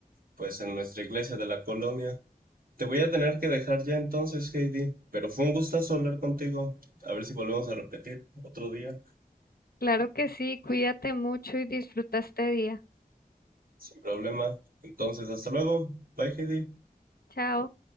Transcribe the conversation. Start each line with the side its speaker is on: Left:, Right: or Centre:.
Right: pues, en nuestra iglesia de la colonia. Te voy a tener que dejar ya entonces, Heidi, pero fue un gustazo hablar contigo. A ver si volvemos a repetir otro día,
Left: Claro que sí, cuídate mucho y disfruta este día.
Right: sin problema. Entonces, hasta luego. Bye, Heidi.
Left: Chao.